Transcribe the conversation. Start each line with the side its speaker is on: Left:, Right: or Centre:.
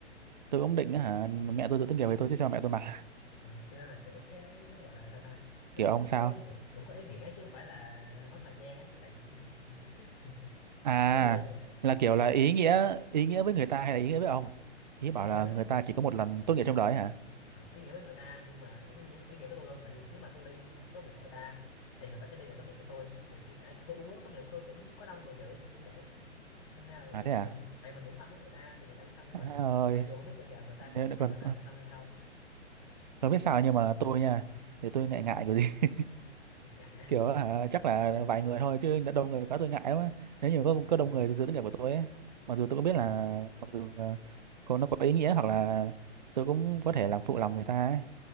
Right: tôi cũng định hả mẹ tôi dự tính kiểu về tôi sẽ cho mẹ tôi mặc
Left: Ờ, cho nên là kiểu cái đấy nó gọi là sao ta
Right: <laughs>
Left: nó
Right: kiểu
Left: có,
Right: ông
Left: cũng
Right: sao
Left: có ý nghĩa cũng có ý nghĩa chứ không phải là mất thời gian ấy tại vì <laughs>
Right: à
Left: ý ý tôi là vậy Ờ,
Right: là kiểu là ý nghĩa ý nghĩa với người ta hay là ý nghĩa với ông ý bảo
Left: ý nghĩa
Right: là
Left: với
Right: người ta chỉ
Left: ừ,
Right: có một lần tốt
Left: ừ.
Right: nghiệp trong đời hả
Left: Ờ, ý nghĩa với người ta nhưng mà cũng ý nghĩa, ý nghĩa với tôi luôn tại vì nếu mà tôi đi tốt nghiệp của người ta thì người ta sẽ đi lại tốt nghiệp của tôi thì tôi, ai cũng- tôi cũng muốn tốt nghiệp của tôi cũng có đông người dự kiểu vậy năm nay là vậy
Right: à thế
Left: thì
Right: à
Left: mình tại mình cũng thân với người ta thì người ta cũng thân với
Right: à
Left: mình
Right: ơi
Left: mặc dù không biết bây giờ người ta
Right: nếu
Left: còn xem
Right: còn
Left: mình là bạn thân hay không
Right: còn biết sao nhưng mà tôi nha để tôi
Left: ừ,
Right: ngại ngại cái gì
Left: ngại á.
Right: kiểu hả chắc là vài người thôi chứ đã đông người quá tôi ngại lắm á nếu như có
Left: à,
Right: có đông người dự tốt nghiệp của tôi ấy mặc dù tôi cũng biết
Left: à,
Right: là mặc dù ờ, có nó có ý nghĩa hoặc là tôi cũng
Left: ừ.
Right: có thể làm phụ lòng người ta ấy.